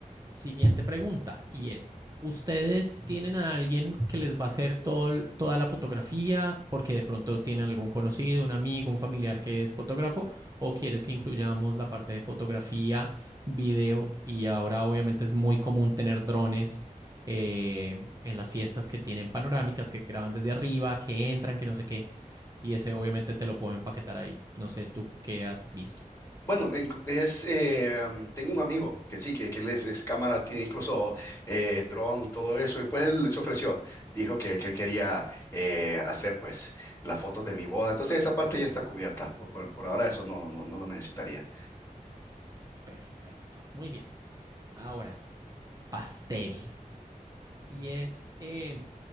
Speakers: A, on the right; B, on the left.
A: Siguiente pregunta y es, ¿ustedes tienen a alguien que les va a hacer todo, toda la fotografía porque de pronto tienen algún conocido, un amigo, un familiar que es fotógrafo o quieres que incluyamos la parte de fotografía, video y ahora obviamente es muy común tener drones eh, en las fiestas que tienen panorámicas, que graban desde arriba, que entran, que no sé qué y ese obviamente te lo puedo empaquetar ahí. No sé tú qué has visto.
B: Bueno, en- es, eh, am, tengo un amigo que sí, que, que él es, es cámara, tiene incluso eh, dron y todo eso, y pues
A: Ok,
B: él se ofreció, dijo que, que él quería eh, hacer pues las fotos de mi boda, entonces esa parte ya está cubierta, por, por, por ahora eso no, no, no lo necesitaría.
A: perfecto. Muy bien. Ahora, pastel. Y es, eh,